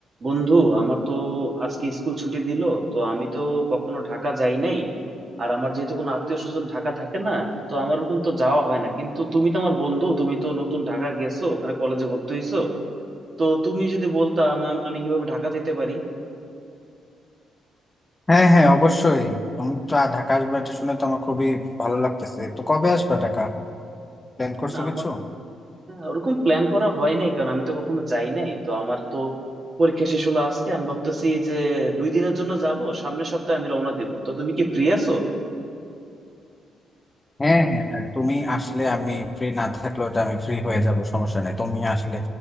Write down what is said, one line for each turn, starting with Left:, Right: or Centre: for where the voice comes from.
Right: বন্ধু আমার তো আজকে স্কুল ছুটি দিল তো আমি তো কখনো ঢাকা যাই নাই আর আমার যেহেতু কোনো আত্মীয় স্বজন ঢাকা থাকে না তো আমার ওরকম তো যাওয়া হয় না কিন্তু তুমি তো আমার বন্ধু তুমি তো নতুন ঢাকা গেছো ওখানে কলেজে ভর্তি হইছো তো তুমি যদি বলতা আমা- আমি কিভাবে ঢাকা যেতে পারি
Left: হ্যাঁ হ্যাঁ অবশ্যই তুমি তো আ- ঢাকা আসবে এটা শুনে তো আমার খুবই ভালো লাগতেছে তো কবে আসবে ঢাকা প্ল্যান করছো
Right: না
Left: কিছু
Right: আমার হ্যাঁ, ওরকম প্ল্যান করা হয় নাই কারণ আমি তো কখনো যাই নাই তো আমার তো পরীক্ষা শেষ হলো আজকে আমি ভাবতেছি যে দুই দিনের জন্য যাব সামনের সপ্তাহে আমি রওনা দেবো তো তুমি কি ফ্রি আছো
Left: হ্যাঁ হ্যাঁ আর তুমি আসলে আমি ফ্রি না থাকলেও তো আমি ফ্রি হয়ে যাব সমস্যা নেই তুমি আসলে